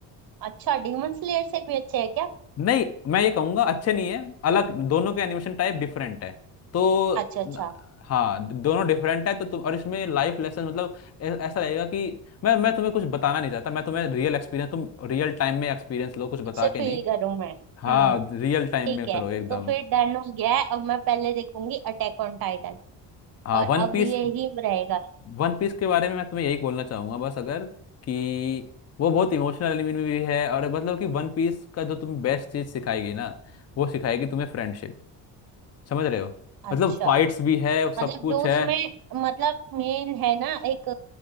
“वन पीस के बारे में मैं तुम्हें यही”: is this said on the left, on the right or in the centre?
Left